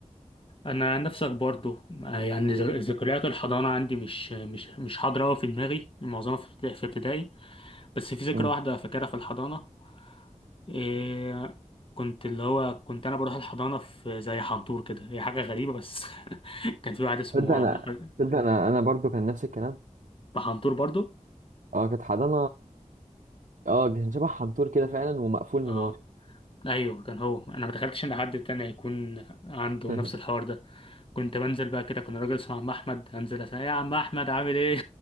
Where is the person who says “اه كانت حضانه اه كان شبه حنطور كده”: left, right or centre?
Right